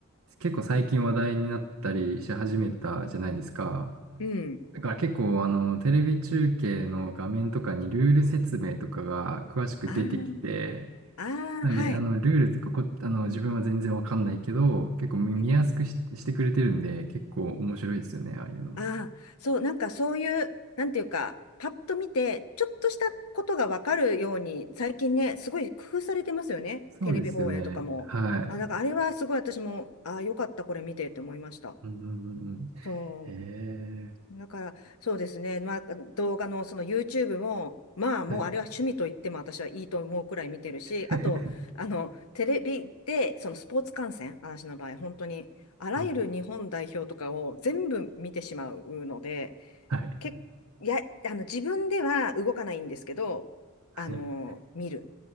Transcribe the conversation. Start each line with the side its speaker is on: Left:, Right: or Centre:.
Right: 結構最近話題になったりし始めたじゃないですか。
Left: うん。
Right: だから結構、あの、テレビ中継の画面とかにルール説明とかが詳しく出てきて、
Left: あーあー、
Right: なんで、
Left: あはい。
Right: あの、ルールとかこ、あの、自分は全然わかんないけど、結構見、
Left: うん。
Right: 見やすくし、してくれてるんで、結構面白いですよね、ああいうのも。
Left: ああ、そう、なんかそういう、なんていうか、パッと見て、ちょっとしたことがわかるように、最近ね、すごい工夫されてますよね。
Right: そうですよね。
Left: テレビ放映とかも。
Right: はい。
Left: あ、なんかあれはすごい私も、ああ、よかった、これ見てって思いました。
Right: うんうんうん
Left: そう。
Right: うん。へ
Left: だから、そうですね。まあ、動画のその YouTube も、まあ、もうあれは趣味と言っても私はいいと思うくらい見てるし、
Right: え。はい。<laughs>
Left: あと、あの、テレビで、そのスポーツ観戦、私の場合、本当に、あらゆる日本代表とかを全部見てしまうので、
Right: うんはい。
Left: け、や、あの、自分では動かないんですけど、
Right: はい。
Left: あの、見る